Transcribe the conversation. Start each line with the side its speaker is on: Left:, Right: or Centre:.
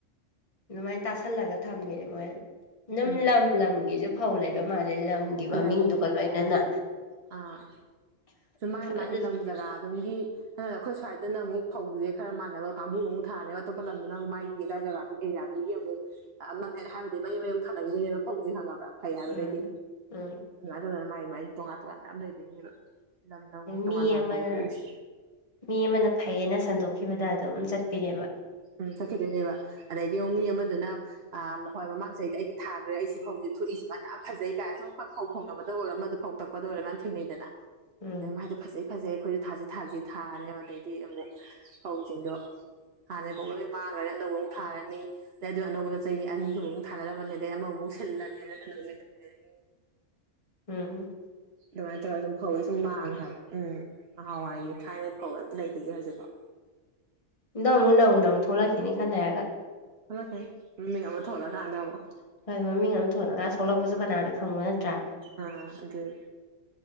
Left: ꯑꯗꯨꯃꯥꯏꯅ ꯇꯥꯁꯜꯂꯒ ꯊꯝꯃꯦꯅꯦ ꯃꯣꯏꯅ ꯑꯗꯨꯝ
Right: ꯎꯝ
Left: ꯂꯝ ꯂꯝꯒꯤꯁꯨ ꯐꯧ ꯂꯩꯕ ꯃꯥꯂꯦ ꯂꯝꯒꯤ ꯃꯃꯤꯡꯗꯨꯒ
Right: ꯂꯩ ꯂꯩ
Left: ꯂꯣꯏꯅꯅ
Right: ꯑꯥ ꯑꯥ ꯃꯥꯏ ꯃꯥꯏ
Left: ꯑꯗꯨ
Right: ꯂꯝ ꯖꯒꯥ ꯑꯗꯨꯝꯒꯤ ꯑꯩꯈꯣꯏ ꯁ꯭ꯋꯥꯏꯗꯅ ꯃꯨꯛ ꯐꯧꯁꯦ ꯈꯔꯥ ꯃꯥꯟꯅꯕ ꯀꯥꯡꯕꯨ ꯑꯃꯨ ꯊꯔꯅꯦꯕ ꯑꯇꯣꯞꯄ ꯂꯝꯗꯅ ꯑꯃꯨꯛ ꯃꯥꯒꯤ ꯀꯗꯥꯏ ꯖꯒꯥꯗꯨꯗꯤ ꯑꯦꯔꯤꯌꯥꯗꯨꯒꯤ ꯑꯃꯨꯛ ꯑꯃꯅꯥ ꯍꯥꯏꯕꯗꯤ ꯃꯔꯤ ꯃꯔꯤ ꯊꯥꯅꯈꯤꯗꯣꯏꯅꯦꯕ ꯐꯧꯁꯦ ꯈꯪꯉꯕ꯭ꯔꯥ ꯐꯩ ꯍꯥꯏꯕꯗꯒꯤ
Left: ꯎꯝ ꯎꯝ
Right: ꯑꯗꯨꯃꯥꯏꯅ ꯇꯧꯗꯅ ꯃꯥꯒꯤ ꯃꯥꯏ ꯇꯣꯉꯥꯟ ꯇꯣꯉꯥꯟ ꯃꯌꯥꯝ ꯂꯩꯕꯅꯦꯕ ꯂꯝ ꯂꯝꯒꯤ ꯇꯣꯉꯥꯟ
Left: ꯃꯤ
Right: ꯇꯣꯉꯥꯟ
Left: ꯑꯃꯅ
Right: ꯐꯥꯎ ꯊꯣꯛꯏꯁꯦ
Left: ꯃꯤ ꯑꯃꯅ ꯐꯩꯌꯦꯅ ꯁꯟꯗꯣꯛꯈꯤꯕꯗ ꯑꯗꯨꯝ ꯆꯠꯄꯤꯅꯦꯕ
Right: ꯎꯝ ꯆꯠꯈꯤꯗꯣꯏꯅꯦꯕ ꯑꯗꯩꯗꯤ ꯌꯦꯡꯉꯨ ꯃꯤ ꯑꯃꯗꯨꯅ ꯑꯥ ꯍꯣꯏ ꯃꯃꯥꯡ ꯆꯍꯤꯗ ꯑꯩꯒꯤ ꯊꯥꯈ꯭ꯔꯦ ꯑꯩꯁꯤ ꯐꯧꯁꯦ ꯊꯣꯛꯏ ꯁꯨꯃꯥꯏꯅ ꯌꯥꯝ ꯐꯖꯩ ꯀꯥꯏ ꯁꯨꯝ ꯈꯣꯏ ꯐꯧ ꯐꯧꯅꯕꯗ ꯑꯣꯏꯔ ꯃꯗ ꯐꯧ ꯇꯛ ꯄꯗ ꯑꯣꯏꯔ ꯊꯦꯡꯅꯩꯗꯅ
Left: ꯎꯝ
Right: ꯑꯗꯩ ꯃꯗꯣ ꯐꯖꯩ ꯐꯖꯩ ꯑꯩꯈꯣꯏꯁꯨ ꯊꯥꯁꯤ ꯊꯥꯁꯤ ꯊꯥꯔꯅꯦꯕ ꯑꯗꯩꯗꯤ ꯑꯃꯨꯛ ꯐꯧꯁꯤꯡꯗꯣ ꯍꯥꯟꯅꯩ ꯐꯧ ꯂꯣꯏ ꯃꯥꯡꯒꯔꯅꯤ ꯑꯅꯧꯕ ꯑꯃꯨꯛ ꯊꯥꯔꯅꯤ ꯑꯗꯩ ꯑꯗꯨ ꯑꯅꯧꯕ ꯆꯍꯤ ꯑꯅꯤꯒꯨꯃꯨꯛ ꯊꯥꯅꯔꯝꯃꯅꯤ ꯑꯗꯩꯗꯤ ꯑꯃꯃꯨꯛ ꯁꯤꯜꯂꯒꯦ <unintelligible>
Left: ꯎꯝ ꯎꯝ
Right: ꯑꯗꯨꯃꯥꯏꯅ ꯇꯧꯔꯒ ꯁꯨꯝ ꯐꯧ ꯁꯨꯝ ꯃꯥꯡꯉꯦ ꯍꯥꯏꯕ ꯎꯝ ꯅꯍꯥꯟꯋꯥꯏꯒꯤ ꯊꯥꯏꯅꯒꯤ ꯐꯧ ꯑꯝꯇ ꯂꯩꯇꯤꯖꯦ ꯍꯧꯖꯤꯛꯐꯥꯎ
Left: ꯍꯟꯗꯛ ꯑꯃꯨꯛ ꯅꯧꯅ ꯑꯃꯨꯛ ꯊꯣꯛꯈꯤꯅꯤ ꯈꯔ ꯂꯩꯔꯒ
Right: ꯊꯣꯛꯂꯛꯈꯤꯅꯤ ꯃꯃꯤꯡ ꯑꯃ ꯊꯣꯜꯂꯀꯥꯟꯗ ꯑꯃꯨꯛ
Left: ꯍꯣꯏ ꯃꯃꯤꯡ ꯑꯃ ꯊꯣꯜꯂꯒ ꯁꯣꯛꯂꯛꯄꯁꯨ ꯀꯅꯥꯅ ꯈꯪꯕ ꯅꯠꯇ꯭ꯔꯥ
Right: ꯑꯥ ꯑꯗꯨꯅꯦ